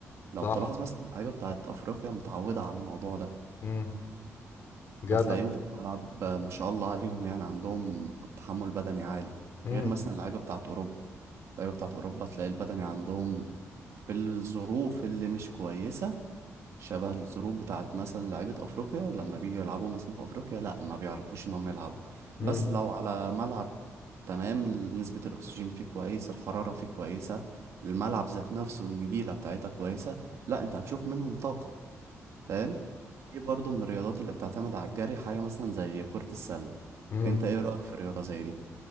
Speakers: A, on the right (about 65°); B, on the left (about 45°).
A: لو
B: صح
A: تلاحظ مثلا اللعيبة بتاعت أفريقيا متعودة على الموضوع ده
B: امم جدع
A: فتلاقيهم في الملعب ما شاء الله عليهم يعني عندهم تحمل بدني عالي
B: امم
A: غير مثلا اللعيبة بتاعت أوروبا اللعيبة بتاعت أوروبا تلاقي البدني عندهم في الظروف اللي مش كويسة شبه الظروف بتاعت مثلا لعيبة أفريقيا لما بيجوا يلعبوا مثلا في أفريقيا لأ ما بيعرفوش إن هم يلعبوا
B: امم
A: بس لو على ملعب تمام نسبة الأكسجين فيه كويس الحرارة فيه كويسة الملعب ذات نفسه النجيلة بتاعتها كويسة لأ أنت هتشوف منهم طاقة فاهم دي برضه من الرياضات اللي بتعتمد على الجري حاجة مثلا زي كرة السلة
B: صح
A: أنت إيه رأيك في الرياضة زي دي؟